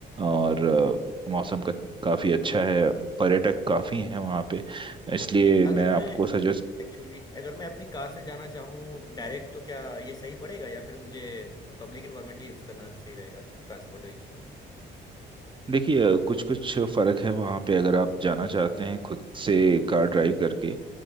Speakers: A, on the right; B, on the left.
A: और अ, मौसम का काफ़ी अच्छा है पर्यटक काफ़ी हैं वहाँ पे इसलिए
B: ओके अगर
A: मैं आपको
B: मैं
A: सजेस्ट
B: एक्चुअली अगर मैं अपनी कार से जाना चाहूँ डायरेक्ट तो क्या ये सही पड़ेगा या फिर मुझे पब्लिक इन्वायरमेंट ही यूज़ करना सही रहेगा ट्रांसपोर्टेशन
A: देखिए कुछ कुछ फर्क है वहाँ पे अगर आप जाना चाहते हैं खुद से कार ड्राइव करके